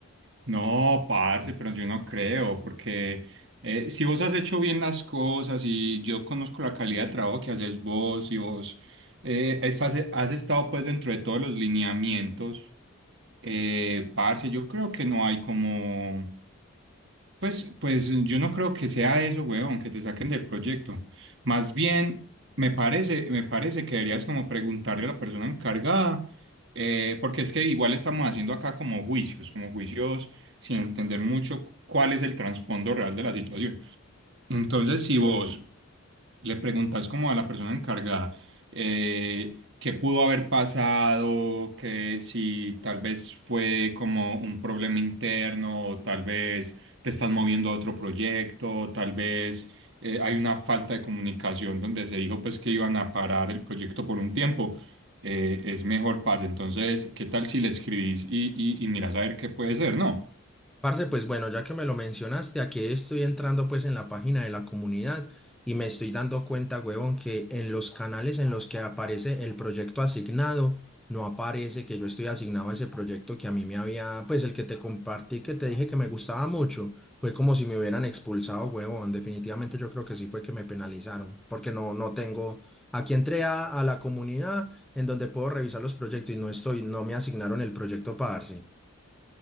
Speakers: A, on the right; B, in the centre.
A: No, parce, pero yo no creo, porque eh, si vos has hecho bien las cosas y yo conozco la calidad de trabajo que haces vos y vos eh, estás, eh, has estado pues dentro de todos los lineamientos, eh, parce, yo creo que no hay como... Pues, pues yo no creo que sea eso, weón, que te saquen del proyecto. Más bien, me parece, me parece que deberías como preguntarle a la persona encargada, eh, porque es que igual estamos haciendo acá como juicios, como juicios sin entender mucho cuál es el trasfondo real de la situación. Entonces, si vos le preguntas como a la persona encargada eh, qué pudo haber pasado, que si tal vez fue como un problema interno, o tal vez te estás moviendo a otro proyecto, o tal vez eh, hay una falta de comunicación donde se dijo pues que iban a parar el proyecto por un tiempo. eh, es mejor, parce. Entonces, ¿qué tal si le escribís y, y, y miras a ver qué puede ser, no?
B: Parce, pues bueno, ya que me lo mencionaste, aquí estoy entrando pues en la página de la comunidad y me estoy dando cuenta, huevón, que en los canales en los que aparece el proyecto asignado, no aparece que yo estoy asignado a ese proyecto que a mí me había, pues el que te compartí, que te dije que me gustaba mucho, fue como si me hubieran expulsado, huevón. Definitivamente yo creo que sí fue que me penalizaron, porque no, no tengo, aquí entré a, a la comunidad en donde puedo revisar los proyectos y no estoy, no me asignaron el proyecto parce.